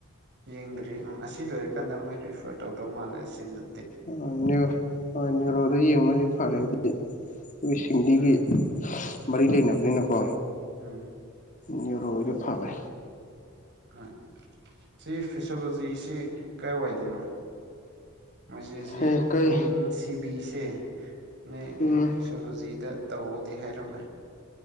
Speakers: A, on the right (about 55°); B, on the left (about 35°).
A: ꯌꯦꯡꯗ꯭ꯔꯤ ꯎꯝ ꯑꯁꯤ ꯂꯣꯏꯔꯀꯥꯟꯗ ꯃꯣꯏ ꯔꯤꯐꯔ ꯇꯧꯗꯧ ꯃꯥꯜꯂꯦ ꯑꯁꯤꯅ꯫
B: <unintelligible> ꯑ ꯅ꯭ꯌꯨꯔꯣꯗ ꯌꯦꯡꯕꯅꯗꯤ ꯐꯔꯦ <inaudible> ꯗꯤ꯫ ꯁꯤꯡꯂꯤꯒꯤ
A: ꯎꯝ
B: ꯃꯔꯤ ꯂꯩꯅꯕꯅꯤꯅꯀꯣ꯫
A: ꯎꯝ
B: ꯅ꯭ꯌꯨꯔꯣꯒꯤꯗꯣ ꯐꯕꯦ꯫
A: ꯍꯣꯏ ꯁꯤ ꯐꯤꯁꯣꯂꯣꯖꯤꯁꯤ ꯀꯥꯏ ꯋꯥꯏꯗꯅꯣ꯫ ꯃꯁꯤ ꯁꯤ
B: ꯍꯦ ꯀꯩ
A: ꯑꯤꯟ ꯁꯤ ꯕꯤꯁꯦ꯫ ꯅꯣꯏ
B: ꯎꯝ
A: ꯐꯣꯁꯣꯂꯣꯖꯤꯗ ꯇꯧꯑꯣꯗꯤ ꯍꯥꯏꯔꯝꯃꯦ꯫